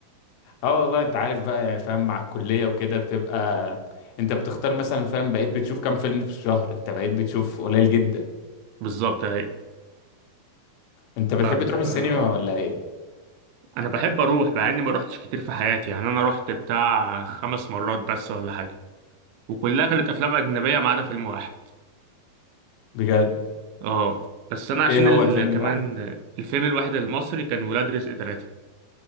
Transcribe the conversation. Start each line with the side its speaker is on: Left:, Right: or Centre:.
Left: اه والله انت عارف بقى يعني فاهم مع الكلية وكده بتبقى انت بتختار مثلا فاهم بقيت بتشوف كام فيلم في الشهر انت بقيت بتشوف قليل جدا
Right: بالظبط اي
Left: انت بتحب
Right: طب
Left: تروح السينما
Right: آه،
Left: ولا ايه
Right: انا بحب اروح مع اني ما روحتش كتير في حياتي يعني انا رحت بتاع خمس مرات بس ولا حاجة وكلها كانت افلام اجنبية ما عدا فيلم واحد
Left: بجد
Right: اه بس انا عشان
Left: ايه
Right: ال...
Left: هو الفيلم
Right: كمان
Left: الواحد
Right: الفيلم الواحد المصري كان ولاد رزق ثلاثة